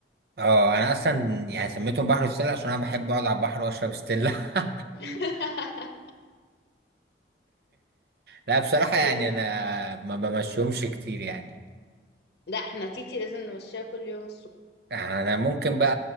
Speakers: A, on the right; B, on the left.
A: اه انا اصلا يعني سميتهم بحر وستيلا عشان انا بحب اقعد على البحر واشرب ستيلا <laughs>
B: <laughs>
A: لا بصراحة
B: طيب
A: يعني انا ما بمشيهمش كتير يعني
B: لا احنا تيتي لازم نمشيها كل يوم الصبح
A: انا ممكن بقى